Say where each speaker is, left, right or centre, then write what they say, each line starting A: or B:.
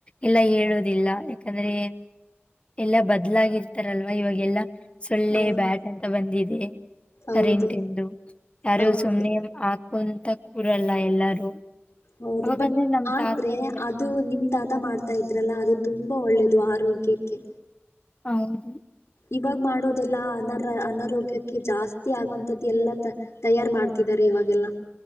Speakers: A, on the left; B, on the left.
A: ಎಲ್ಲಾ ಹೇಳೋದಿಲ್ಲ. ಯಾಕಂದ್ರೆ ಎಲ್ಲಾ ಬದ್ಲಾಗಿರ್ತಾರಲ್ವಾ ಇವಾಗೆಲ್ಲ ಸೊಳ್ಳೆ
B: ಹೌದು
A: ಬ್ಯಾಟ್ ಅಂತ ಬಂದಿದ ಎ
B: ಹೌದು
A: ಕರೆಂಟಿಂದು ಯಾರು
B: ಹೌದು
A: ಸುಮ್ನೆ ಮಾ ಕುಂತ ಕೂರಲ್ಲ ಎಲ್ಲಾರು.
B: ಹೌದು
A: ಅವಾಗಂದ್ರೆ
B: ಬಟ್
A: ನಮ್
B: ಆದ್ರೆ
A: ತಾತ ಅಂದ್ರೆ
B: ಅದು ನಿಮ್ ತಾತ ಮಾಡ್ತಾ ಇದ್ರಲ್ಲ ಅದು ತುಂಬಾ ಒಳ್ಳೇದು. ಅದು ಆರೋಗ್ಯಕ್ಕೆ.
A: ಹೌದು
B: ಇವಾಗ ಮಾಡೋದೆಲ್ಲಾ ಅನಾರ ಅನಾರೋಗ್ಯಕ್ಕೆ ಜಾಸ್ತಿ ಆಗೋಂತದ್ದ ಎಲ್ಲ ತಯಾರ ಮಾಡ್ತಿದ್ದಾರೆ ಇವಾಗೆಲ್ಲ.